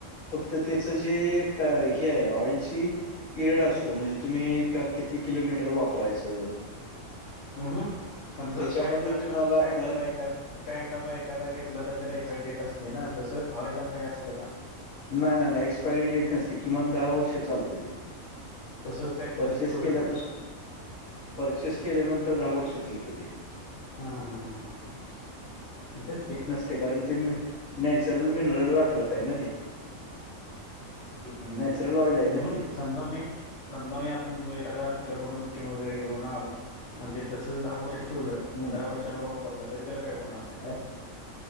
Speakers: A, on the left; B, on the left.
A: फक्त त्याच जे क हे आहे ऑइलची. पिरियड असतो म्हणजे तुम्ही किती किलोमीटर वापरायचं.
B: अ ह समजा
A: त्याच्यामध्ये
B: पॅक डब्याला
A: तुम्हाला
B: पॅक
A: का नाही
B: डबा एका. पॅक डबा एखादा घेतला तर त्याला इफेक्टडेड असते ना तसं ऑइल ला काय असतं का.
A: नाही नाही नाही एक्सपायरी डेट नसते किमान दहा वर्ष चालत ते.
B: तसंच पॅकमध्ये
A: परचेस
B: ठेवलं
A: केल्यापासून
B: तर
A: परचेस केल्यानंतर दहा वर्ष चालतं ते.
B: हा हा हा हा हा, म तेच की
A: ते कारण ते, नॅचरल मिनरल वॉटर आहे ना ते.
B: हम्म
A: नॅचरल ऑइल आहे
B: हम्म
A: ना ते.
B: समजा मी, समजा मी आता एखादा तुझ्याकडून <unintelligible> वगैरे घेऊन आलो आणि ते तसच दहा वर्ष ठेवलं
A: हम्म.
B: अन दहा वर्षानं वापरलं, तरी त्याला काही होणार नाही
A: हा.
B: काय?